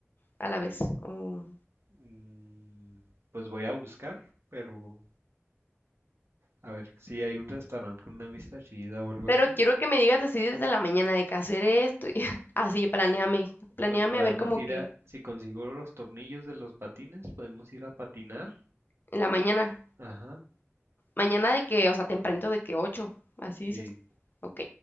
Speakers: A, on the left; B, on the right.
A: a la vez. Oh.
B: Mm, Pues voy a buscar, pero a ver si hay un restaurante con una vista chida o algo
A: Pero
B: así.
A: quiero que me digas así desde la mañana de que hacer esto y <laughs> así, planeame, planeame
B: Pues podemos
A: a ver como
B: ir
A: que
B: a, si consigo los tornillos de los patines, podemos ir a patinar.
A: en la mañana,
B: Ajá,
A: mañana de que, o sea, tempranito de que 8, así dices.
B: sí.
A: Ok,